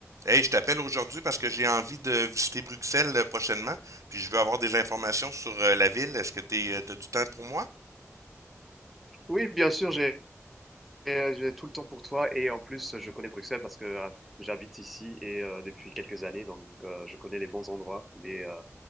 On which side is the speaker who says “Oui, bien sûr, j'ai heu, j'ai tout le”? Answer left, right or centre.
Centre